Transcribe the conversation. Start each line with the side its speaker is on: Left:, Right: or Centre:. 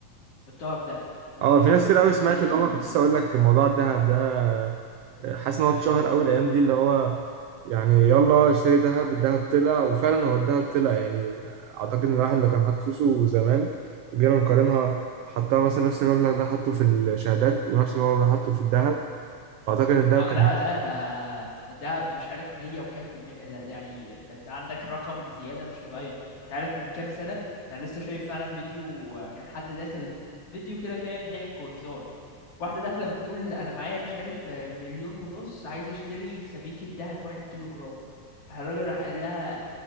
Left: حطها في دهب وانت
Right: اه
Left: دلوقتي
Right: في ناس
Left: ممكن
Right: كتير قوي
Left: تشتري
Right: سمعت ان هو كنت لسه اقول لك موضوع الذهب ده حاسس ان هو اتشهر قوي الايام دي اللي هو يعني يلا اشتري دهب الدهب طلع وفعلا هو الدهب طلع يعني اعتقد ان الواحد لو كان حاطط فلوسه زمان وجينا نقارنها حطها مثلا نفس المبلغ ده حطه في الشهادات ونفس المبلغ ده حطه في الذهب فاعتقد ان الذهب
Left: اه
Right: كان
Left: لا
Right: هيكسب.
Left: لا ده الدهب مش عارف مية وكام في المية لا، يعني انت انت عندك رقم زيادة مش طبيعية انت عارف من كام سنة يعني لسه شايف فعلا فيديو آه، كان حد داخل فيديو كده فاهم ضحك وهزار واحدة داخلة بتقول انا معايا مش عارف آه، مليون ونص عايزة اشتري سبيكة دهب واحد كيلو جرام راح الراجل راح قال لها